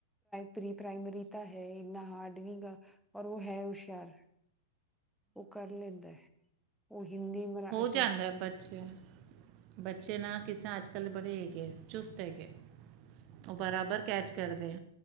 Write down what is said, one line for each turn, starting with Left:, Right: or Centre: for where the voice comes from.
Centre: ਪ੍ਰੀ ਪ੍ਰਾਈਮਰੀ ਤਾਂ ਹੈ ਇੰਨਾ ਹਾਰਡ ਨ ਗਾ ਔਰ ਉਹ ਹੈ ਹੁਸ਼ਿਆਰ। ਉਹ ਕਰ ਲੈਂਦਾ ਹੈ ਉਹ ਹਿੰਦੀ ਮਰਾਠ
Right: ਜਾਂਦਾ ਬੱਚੇ ਬੱਚੇ ਨਾ ਕਿਸਾਂ ਅੱਜ-ਕੱਲ੍ਹ ਬੜੇ ਏ ਚੁਸਤ ਹੇਗਾ ਓ ਬਰਾਬਰ ਕੈਚ ਕਰਦੇ